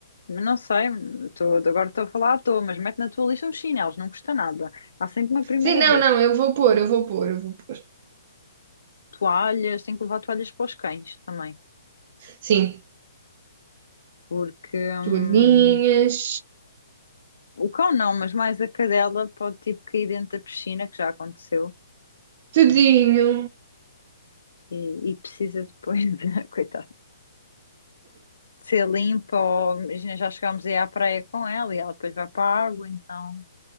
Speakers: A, on the left (about 80°); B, on the right (about 25°).
A: não sei, tô, agora estou a falar à toa, mas mete na tua lista uns chinelos, não custa nada. Há sempre uma primeira
B: Sim, não,
A: vez.
B: não, eu vou pôr, eu vou pôr, eu vou pôr.
A: Toalhas, tem que levar toalhas para os cães também,
B: Sim.
A: porque hum,
B: Toalhinhas.
A: o cão não, mas mais a cadela pode tipo cair dentro da piscina, que já aconteceu,
B: Tudinho.
A: e, e, e precisa depois, de, <laughs> coitada, de ser limpa, ou imagina, já chegámos aí à praia com ela e ela depois vai para a água, então